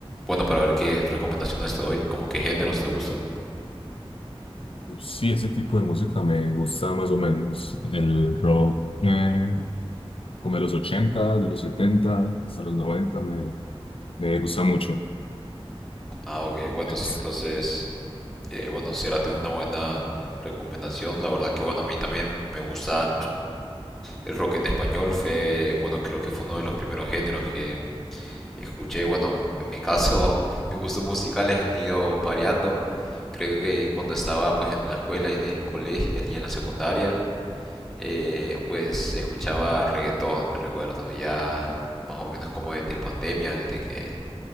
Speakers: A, in the centre; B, on the left (about 65°).
A: bueno para ver qué recomendaciones te doy como qué géneros te gustan
B: Sí, ese tipo de música me gusta más o menos. El rock, eh, como de los 80, de los 70, hasta los 90 me, me gusta mucho.
A: ah ok bueno
B: <laughs>
A: sí entonces Eh, bueno, Cerati es una buena recomendación. La verdad que bueno, a mí también me gusta el rock en español. Fue, bueno, creo que fue uno de los primeros géneros que escuché. Bueno, en mi caso, <laughs> mis gustos musicales han ido variando. Creo que cuando estaba pues en la escuela y en el colegio y en la secundaria, eh, pues escuchaba reggaetón, me recuerdo. Ya más o menos como desde pandemia, desde que